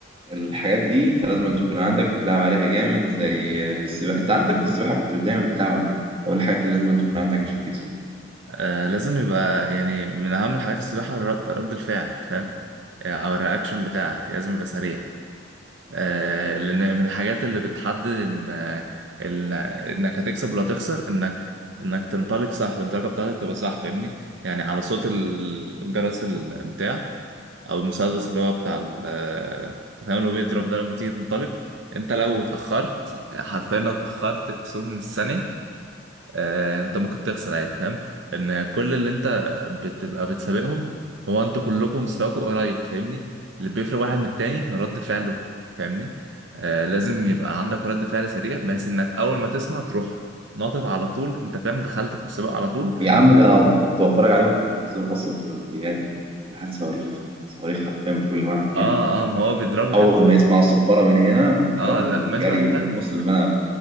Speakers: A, on the right; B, on the right.
A: الحاجات دي انت لازم أن تكون عندك بتلعب عليها جامد زي في السباحة انت عندك في السباحة كنت دايما بتلعب على ايه؟ هو إيه الحاجات اللي لازم أن تكون عندك عشان تكسب
B: آه، لازم يبقى يعني من أهم الحاجات في السباحة الر- رد الفعل فاهم آه، أو الرياكشن بتاعك لازم يبقى سريع آه لأن من الحاجات اللي بتحدد إن ال- إنك هتكسب ولا تخسر إنك إنك تنطلق صح الانطلاقة بتاعتك تبقى صح فاهمني يعني على صوت الجرس البتاع او المسدس اللي هو بتاع ال أنت فاهم اللي هو بيضرب ده لما تيجي تنطلق انت لو اتاخرت حرفيا لو اتاخرت كسور من الثانيه آه، انت ممكن تخسر عادي فاهم ان كل اللي انت بتبقى بتسابقهم هو انتوا كلكم مستواكم قريب فاهمني اللي بيفرق واحد من التاني هو رد فعله فاهمني آه لازم يبقى عندك رد فعل سريع بحيث انك اول ما تسمع تروح ناطط على طول انت فاهم دخلت في السباق على طول
A: يا عم ده انا كنت بتفرج عليهم في التلفزيون اصلا في الاولمبياد العيال صواريخ صواريخ حرفيا بكل معنى الكلمة
B: اه اه ما هو بيضربه كده
A: اول ما يسمعوا الصفارة من هنا بتلاقيهم
B: اه لا ما
A: جري
B: يسمع التك
A: في نص الملعب